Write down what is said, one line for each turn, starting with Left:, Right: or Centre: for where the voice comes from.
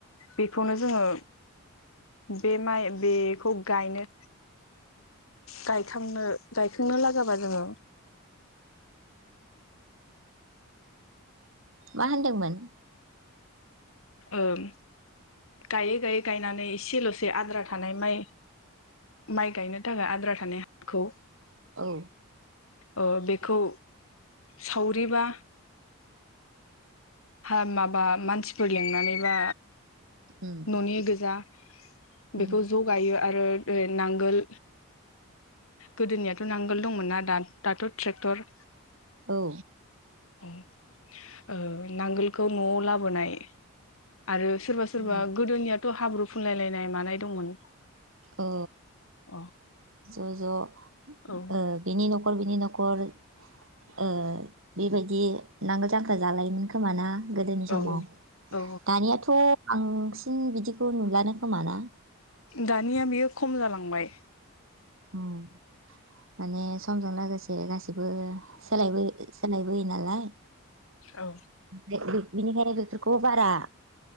Left: बेखौनो जोंङो बे माइ बेखौ गायनो गायखांनो गायखांनो लागाबा जोंङो
Right: मा होनदोंमोन
Left: ओं गायै गायै गायनानै एसेल'सै आद्रा थानाय माइ माइ गायनो थाखाय आद्रा थानाय हाखौ
Right: औ
Left: ओ बेखौ सावरिबा हा माबा मानसिफोर लिंनानैबा
Right: उम
Left: न'नि गोजा बेखौ
Right: उम
Left: ज गायो। आरो ओ नांगोल गोदोनियाथ' नांगोल दंमोन ना दा दाथ' ट्रेक्टर
Right: औ
Left: ओ नांगोलखौ न'आव लाबोनाय आरो सोरबा सोरबा
Right: उम
Left: गोदोनिया थ' हाब्रु फुनलायलायनाय मानाय दंमोन।
Right: अ
Left: औ
Right: ज' ज'
Left: औ
Right: ओ बेनि न खर बिनि न'खर ओ बिबायदि नांगोल जांख्रा जालायोमोन खोमाना। गोदोनि
Left: औ
Right: समाव
Left: औ
Right: दानियाथ' आंसिन बिदिखौ नुलानो खोमा ना
Left: दानिया बेयो खम जालांबाय।
Right: उम माने समजों लोगोसे गासिबो सोलायबो सोलायबोयो नालाय।
Left: औ
Right: बे बि-बिनिखायनो बेफोरखौ बारा